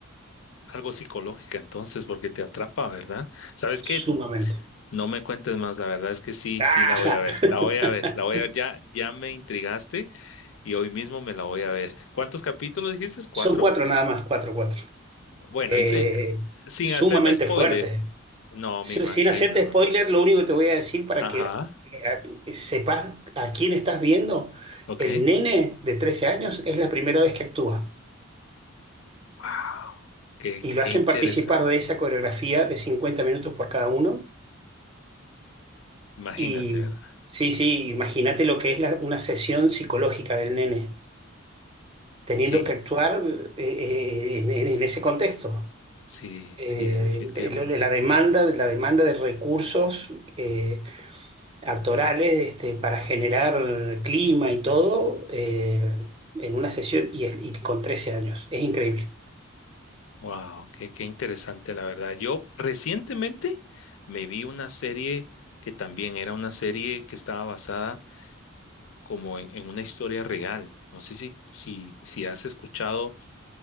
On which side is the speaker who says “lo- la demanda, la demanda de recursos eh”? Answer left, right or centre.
Right